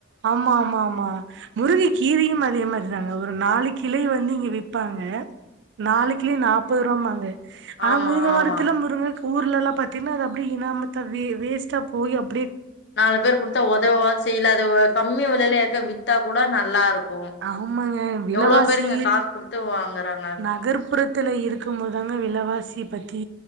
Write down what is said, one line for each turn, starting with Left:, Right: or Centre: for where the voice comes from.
Right: ஆமா ஆமா ஆமா முருங்க கீரையும் அதே மாரிதாங்க ஒரு நாளி கிளை வந்து இங்க விப்பாங்க நாளுக்கிளை
Left: ம்
Right: நாப்பது ரூவாபாங்க ஆனா
Left: ஆமா
Right: முருங்க
Left: ஆமா
Right: மரத்துல முருங்க ஊர்லல்லா பாத்தீன்னா அது அப்டி இனாமத்தா வே வேஸ்ட்டா போய் அப்
Left: நாலு பேர் குடுத்தா ஒதவ்வாது செய்யுல அது கம்மி விலைல யார்க்காது வித்தா கூட நல்லா இரு இருக்கும் க்கூ
Right: ஆமாங்க விலவாசி
Left: எவ்ளோ பேருங்க காசு கொடுத்து வாங்கறாக
Right: நகர்ப்புறத்துல இருக்கும்போதுதாங்க விலைவாசி பத்தி